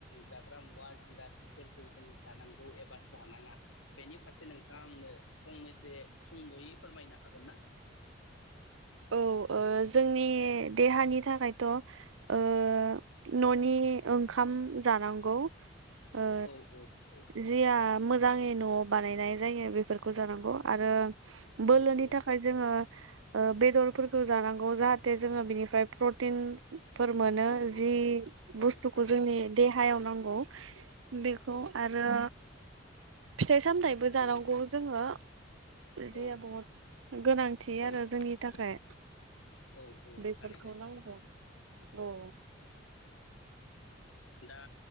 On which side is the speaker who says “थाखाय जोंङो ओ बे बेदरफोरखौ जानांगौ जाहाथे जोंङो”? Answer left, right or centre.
Right